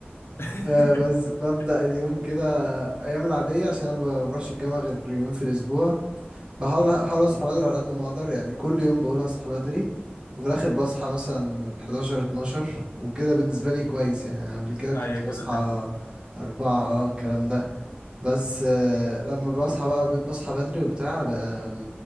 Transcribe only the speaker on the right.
آه، بس ببدأ اليوم كده أيام العادية عشان أنا ما بروحش الجامعة غير يومين في الأسبوع بحاول أحاول أصحى بدري على قد ما أقدر يعني كل يوم بقول هصحى بدري وفي الآخر بصحى مثلا 11 12 وكده بالنسبة لي كويس يعني أنا قبل كده كنت
بصحى
أربعة اه الكلام ده بس آه، لما بصحى بقى بصحى بدري وبتاع بقى